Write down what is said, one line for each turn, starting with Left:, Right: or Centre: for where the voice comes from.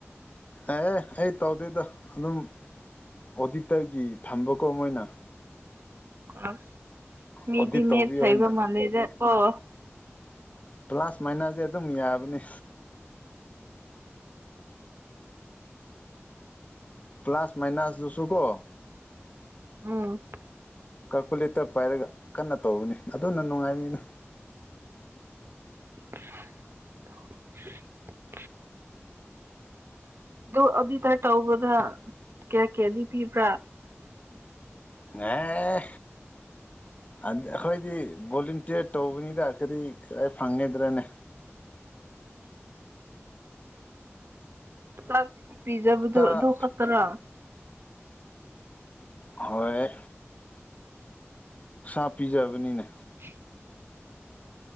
Left: ꯑꯦ ꯑꯦ ꯑꯩ ꯇꯧꯗꯦꯗ ꯑꯗꯨꯝ ꯑꯣꯗꯤꯇꯔꯒꯤ ꯊꯝꯕꯀꯣ ꯃꯣꯏꯅ
Right: ꯑꯁ ꯃꯤꯗꯤ
Left: ꯑꯣꯗꯤꯠ ꯇꯧꯕꯤꯌꯣ
Right: ꯃꯦꯠꯁ ꯍꯩꯕꯥ
Left: ꯍꯥꯏꯅ
Right: ꯃꯥꯜꯂꯦꯗꯥ ꯀꯣ ꯫
Left: ꯄ꯭ꯂꯥꯁ ꯃꯥꯏꯅꯗꯤ ꯑꯗꯨꯝ ꯌꯥꯕꯅꯦ꯫ ꯄ꯭ꯂꯁ ꯃꯥꯏꯅꯁ ꯗꯨꯁꯨ ꯀꯣ
Right: ꯎꯝ
Left: ꯀꯥꯜꯀꯨꯂꯦꯇꯔ ꯄꯥꯏꯔꯒ ꯀꯟꯅ ꯇꯧꯕꯅꯤ ꯑꯗꯨꯅ ꯅꯨꯡꯉꯥꯏꯔꯤꯅꯤ
Right: <inaudible> ꯗꯣ ꯑꯗꯨꯇꯥ ꯇꯧꯕꯗ ꯀꯌꯥ ꯀꯌꯥꯗꯤ ꯄꯤꯕ꯭ꯔꯥ?
Left: ꯑꯦ ꯑꯩꯈꯣꯏꯗꯤ ꯕꯣꯂꯨꯟꯇꯤꯌꯔ ꯇꯧꯕꯅꯤꯗ ꯀꯔꯤ ꯀꯌ ꯐꯪꯒꯗ꯭ꯔꯅꯦ
Right: ꯆꯥꯛ ꯄꯤꯖꯕꯗꯨ
Left: ꯁꯥ
Right: ꯑꯗꯨꯈꯛꯇꯔꯥ
Left: ꯍꯣꯏꯠ ꯁꯥꯥ ꯄꯤꯖꯕꯅꯤꯅꯦ
Right: <inaudible>